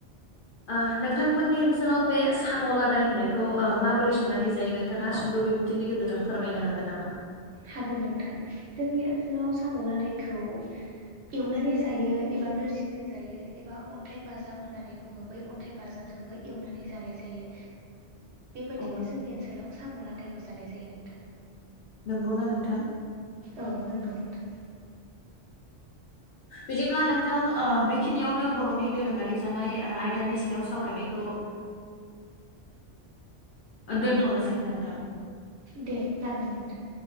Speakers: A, on the left; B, on the right.
A: ओ नोंथांमोननि ओनसोलाव बे साम' लादाय होनायखौ माबोरै संनानै जायो नोंथाङा सुंद' बिबुंथिनि गेजेरजों। फोरमायनो हागोन नामा?
B: हागोन नोंथां जोंनि ओनसोल। ओनसोलाव साम' लादायखौ एवनानै जायो एबा नोरसिंजों जायो एबा अन्थाइ बाजाब होननानै बुङो बै अन्थाइ बाजाबजोंबो एवनानै जानाय जायो। बेबायदिनो
A: अ
B: जोंनि ओनसोलाव। साम' आदथायखौ जानाय जायो नोंथां।
A: नंगौना नोंथां‌।
B: औ नंगौ नोंथां
A: बिदिब्ला नोंथां बेखिनियावनो बर'नि दोरोङारि जानाय ओ आयदानि सायाव सावरायनायखौ <inaudible> दोन्थ'नोसै नोंथां
B: दे जागोन नोंथां